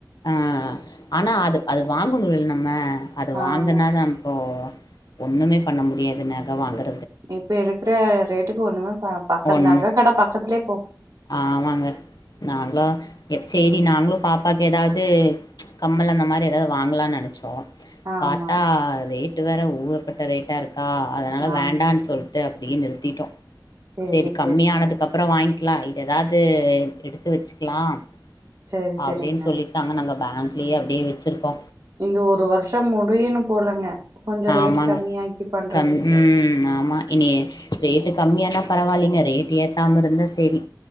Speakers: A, on the left; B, on the right.
A: ஆஹ் ஆனா அது அது வாங்கணு இல்ல நம்ம அது வாங்கனாலோ
B: ஆமா
A: இப்போ ஒண்ணுமே பண்ண முடியாது நக வாங்குற
B: இப்ப இருக் ப்பே ரேட்டுக்கு ஒன்னு ஆ பக்க
A: ஒன்
B: நக கட பக்கத்லே
A: ஆமாங்க நாங்லோ எ சேரி நாங்கலோ பாப்பா ஏதாவது கம்மல் அந்த மாரி ஏதாவது வாங்கலானு நெனச்சோ
B: ஆமா
A: பாத்தா ரேட் <unintelligible> வேற ஊரப்பட்ட ரேட்டா இருக் கா அதனால
B: ஆமாங்க
A: வேண்டான் சொல்ட்டு அப்டின் நிறு திட்டோ
B: சேரி
A: செரி கம்மியானதுக்கு
B: சேரிங்க
A: அப்றோ வாங் லைவ் ஏதாவது எடுத்து வச்சுக்கலாம்
B: சேரி சேரிங்க
A: அப்டின் சொல்லித்தாங்க நாங்க பே பேக்ங்லேயே அப்டியே வச்சுருக்கோ
B: இந்த ஒரு வருஷம் முடியனு போலங்க கொஞ்சோ
A: ஆமாங்க
B: ரேட் கம்மியாக்கி பண்றதுக்கு
A: கம் உம் ஆமா இனி ரேட்டு கம்மியானா பரவாயில்லிங்க ரேட்டு் ஏத்தாம இருந்தா செரி